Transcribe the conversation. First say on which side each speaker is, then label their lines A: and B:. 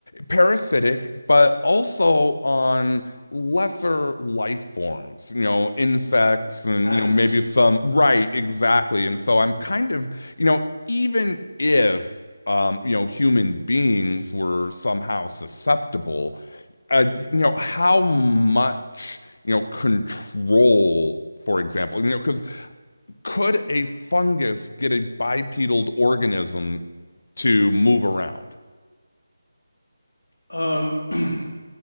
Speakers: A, on the left; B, on the left.
A: parasitic, but also on lesser life forms, you know, insects and,
B: ants.
A: you know, maybe some, right, exactly. And so I'm
B: Yeah.
A: kind of, you know, even if Um, you know, human beings were somehow susceptible. Uh, you know, how much, you know, control, for example, you know, because could a fungus get a bipedal organism to move around?
B: Um. <clears throat>